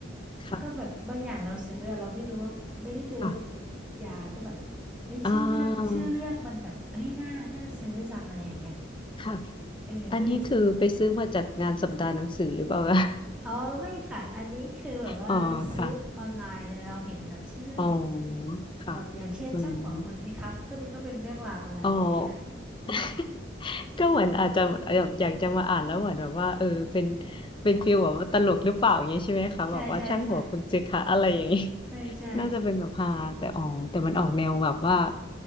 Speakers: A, on the left; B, in the centre.
A: ค่ะ
B: ก็แบบบางอย่างเราซื้ออะเราไม่รู้ว่าไม่ได้ดูว่ามันเป็นจิตวิทยาก็แบบเฮ้ยชื่อเรื่องชื่อเรื่องมันแบบเอ้ยน่าน่าซื้อจังอะไรอย่างเงี้ย
A: ค่ะอ่าค่ะ
B: เออก็เลยซื้อมา
A: อันนี้คือไปซื้อมาจากงานสัปดาห์หนังสือหรือเปล่าคะ
B: อ๋อไม่ค่ะอันนี้คือแบบว่าซื้อออนไลน์เลยเราเห็นแบบชื่อเรื่องแบบ
A: <laughs> อ๋อค่ะอ๋อค่ะ
B: แบบอย่างเช่นช่างหัวคุณสิครับก็นึกว่าเป็นเรื่องราวอะไรอย่างเงี้ย
A: อืมอ๋อ <laughs> ก็เหมือนอาจจะแบบอยากจะมาอ่านแล้วเหมือนแบบว่าเออเป็นเป็นฟีลแบบว่าตลกหรือเปล่าอย่างนี้ใช่ไหมคะแบบว่าช่างหัวคุณสิคะอะไรอย่างนี้
B: ใช่ใช่ใช่ใช่ใช่
A: <laughs> น่าจะเป็นแบบฮาแต่อ๋อแต่มันออกแนวแบบว่า